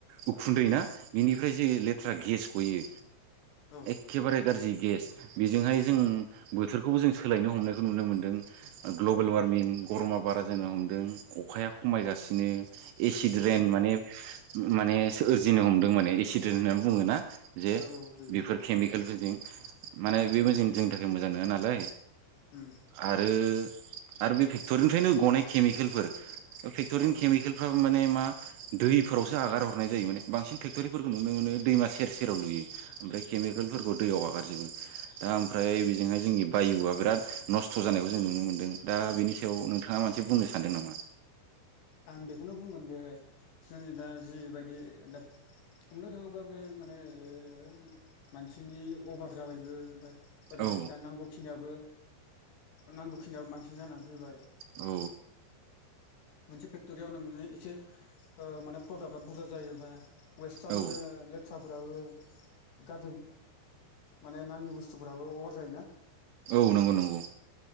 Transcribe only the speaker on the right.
उखुन्दै ना बिनिफ्राय जे लेथ्रा गेस गयो
एखे बारे गारजि गेस बेजोंहाय जों बोथोरखौबो जों सोलायनो हमनायखौ नुनो मोनदों ग्लबेल वार्मिं गर'मा बारा जानो हमदों अखाया खमायगासिनो एसिड
रेन
माने माने सोरजिनो हमदों माने एसिड रेन होना बुङो ना? जे
बेफोर
खेमिकेलफोरजों माने बेबो जों-जोंनि थाखाय मोजां नोङा नालाय
आरो आरो बे फेक्ट'रिनिफ्रायनो गनाय खेमिकेलफोर फेक्टरिनि
खेमिकेलफ्राबो मा ने मा दैफोरावसो हागारहरनाय जायो माने बांसिन फेक्ट'रिफोरखौ नुनो मोनो दैमा सेर सेराव लुयो ओमफ्राय केमिकेलफोरखौ दैयाव हागारजोबो दा ओमफ्राय बेजोंहाय जोंनि बायुआ बिराद नस्थ' जानायखौ जों नुनो मोनदों दा बेनि सायाव नोंथांङा मोनसे बुंनो सानदों नामा?
औ
औ
औ
औ नंगौ नंगौ